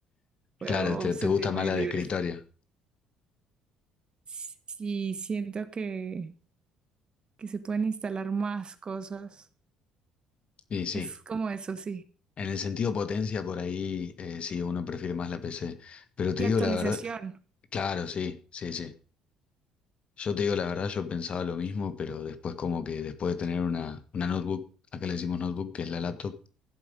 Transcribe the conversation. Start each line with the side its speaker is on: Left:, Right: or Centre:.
Right: Puedo
Left: Claro, te,
Right: sentirme
Left: te gusta más la
Right: libre.
Left: de escritorio.
Right: Sí, siento que, que se pueden instalar más cosas.
Left: Y
Right: Es
Left: sí,
Right: como eso, sí.
Left: en el sentido potencia por ahí, eh, sí, uno prefiere más la PC. Pero te
Right: Y
Left: digo
Right: actualización.
Left: la verdad, claro, sí, sí, sí. Yo te digo la verdad, yo pensaba lo mismo, pero después como que después de tener una, una notebook, acá le decimos notebook, que es la laptop,